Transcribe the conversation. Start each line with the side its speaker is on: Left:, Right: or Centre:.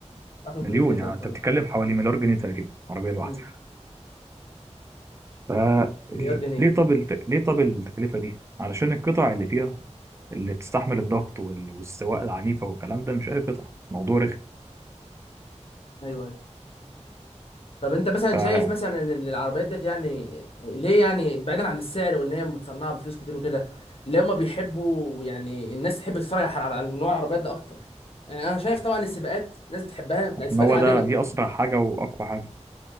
Left: رقم
Right: مليون
Left: كبير جدا
Right: يعني أنت
Left: تمام
Right: بتتكلم حوالي مليار جنيه تقريبا عربية الواحدة
Left: امم
Right: ف
Left: مليار جنيه
Right: ليه طب الت... ليه طب التكلفة دي؟ علشان القطع اللي فيها اللي تستحمل الضغط وال- والسواقه العنيفه والكلام ده مش اي قطع الموضوع رخم
Left: ايوه ايوه. طب انت مثلا
Right: ف
Left: شايف مثلا ان العربيات ديت يعني ليه يعني بعيدا عن السعر وان هي متصنعه بفلوس كتير وكده ليه هما بيحبوا يعني الناس تحب تتفرج على على نوع العربيات ده اكتر يعني انا شايف طبعا السباقات الناس بتحبها لا،
Right: عشان
Left: السباقات
Right: هو
Left: العاديه
Right: ده دي اسرع حاجه واقوى حاجه